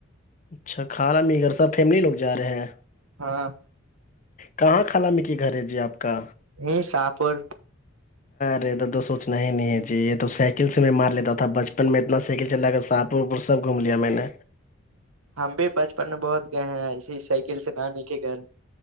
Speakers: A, on the left; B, on the right.
A: اچھا کھالا مگر ساب فیملی لوگ جاے ہیں
B: ہاں
A: کہاں خالام کے گھر ہے جی آپ کا
B: یہ ساہپور
A: ہے داد دو سوچنا ہے نہیں ہے جی یہ تو سائیکل سے میں مار لیتا تھا بچپن میں ات سائیکل چلا کر ساہ پور وپور سب گھوم لیا میں نے
B: ہم بھی بچپن میں بہت گئے ہیں ایسے ہی سائیکل سے گانے کے گھر